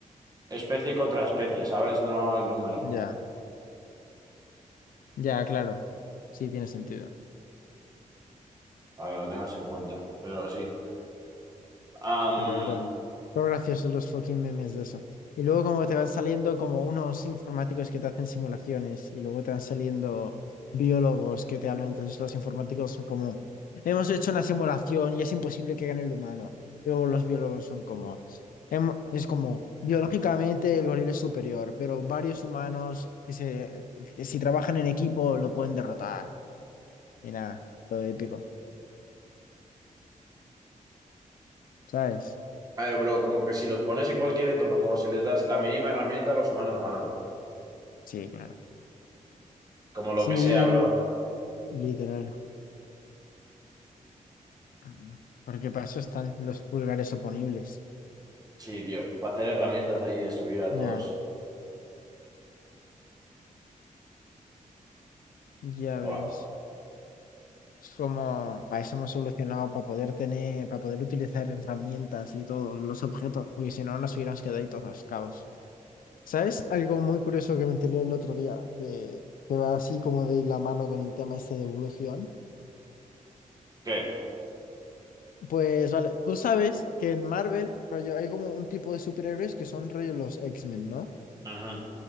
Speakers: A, on the right; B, on the left.
A: especie contra especie, ¿sabes? No el número,
B: ya, ya, claro. Sí, tiene sentido.
A: para que lo tengas en cuenta, pero sí. Am,
B: Pero es verdad. Son graciosos los fucking memes de eso. Y luego como te van saliendo como unos informáticos que te hacen simulaciones y luego te van saliendo biólogos que te hablan. Entonces los informáticos son como, hemos hecho una simulación y es imposible que gane el humano. Y luego los biólogos son como, "Hem- es como, biológicamente el gorila es superior, pero varios humanos que, se, que si trabajan en equipo lo pueden derrotar. Y nada, todo épico. ¿Sabes?
A: a ver, bro, como que si los pones en cualquier entorno, como si les das la mínima herramienta, los humanos ganan.
B: Sí, claro.
A: Como lo
B: Sí,
A: que sea, bro.
B: literal. Ah, Porque para eso están los pulgares oponibles.
A: Sí, tío, para hacer herramientas ahí y destruir a
B: Ya,
A: todos.
B: ya
A: Buah.
B: ves. Es como, para eso hemos solucionado, para poder tener, para poder utilizar herramientas y todos los objetos, porque si no nos hubiéramos quedado ahí todos cabos. ¿Sabes algo muy curioso que me enteré el otro día, que, que va así como de la mano con el tema este de evolución?
A: ¿Qué?
B: Pues vale, tú sabes que en Marvel, rollo, hay como un tipo de superhéroes que son rollo los X-Men, ¿no?
A: Ujú,